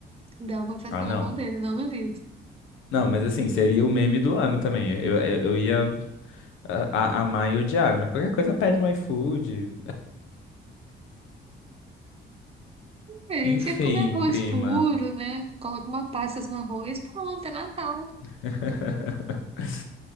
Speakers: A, on the right; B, on the left.
A: Dar uma festa
B: Ah, não.
A: na mão dele, não duvido.
B: Não, mas assim, seria o meme do ano também. Eu, eu, eu ia a, a- amar e odiar, mas qualquer coisa pede um iFood.
A: A gente
B: Enfim,
A: ia comer arroz
B: prima.
A: puro, né? Coloca uma pasta no arroz, pronto, é Natal.
B: <laughs>